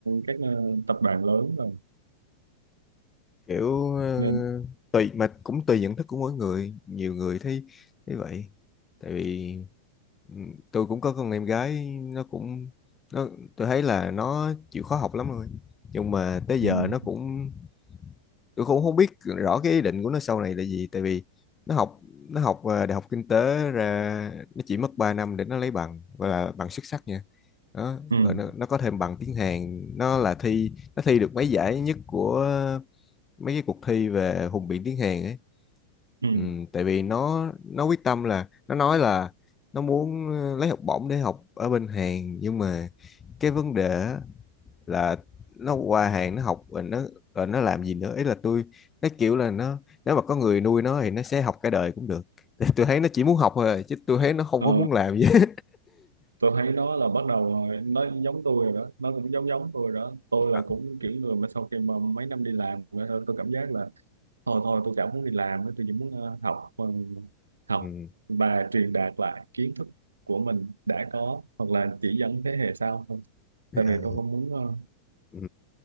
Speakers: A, on the right; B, on the left.
A: các ờ, tập đoàn lớn rồi
B: kiểu ờ,
A: nên
B: tùy mà cũng tùy nhận thức của mỗi người nhiều người thấy thấy vậy tại vì ừ, tôi cũng có con em gái nó cũng nó tôi thấy là nó chịu khó học lắm rồi nhưng mà tới
A: ừm,
B: giờ nó cũng tôi cũng không biết rõ cái ý định của nó sau này là gì tại vì nó học nó học ờ, đại học kinh tế ra nó chỉ mất 3 năm để nó lấy bằng gọi là bằng xuất sắc nha đó
A: ừm,
B: rồi nó, nó có thêm bằng tiếng Hàn nó là thi nó thi được mấy giải nhất của mấy cái cuộc thi về hùng biện tiếng Hàn ấy
A: ừm.
B: ừ, tại vì nó nó quyết tâm là nó nói là nó muốn ờ, lấy học bổng để học ở bên Hàn nhưng mà cái vấn đề á là nó qua Hàn nó học rồi nó rồi nó làm gì nữa ý là tôi nó kiểu là nó nếu mà có người nuôi nó thì nó sẽ học cả đời cũng được Tại tôi thấy nó chỉ muốn học thôi à, chứ tôi thấy nó không
A: Ờ,
B: có muốn làm gì hết.
A: tôi thấy nó là bắt đầu rồi, nó giống tôi rồi đó nó cũng giống giống tôi rồi đó tôi
B: <laughs>
A: là cũng kiểu người mà sau khi mà mấy năm đi làm rồi tôi cảm giác là thôi thôi tôi chẳng muốn đi làm nữa tôi chỉ muốn ờ, học ờ, học
B: ừ.
A: và truyền đạt lại kiến thức của mình đã có hoặc là chỉ dẫn thế hệ sau thôi tại
B: Ờ,
A: vì tôi không muốn ờ,
B: ừ.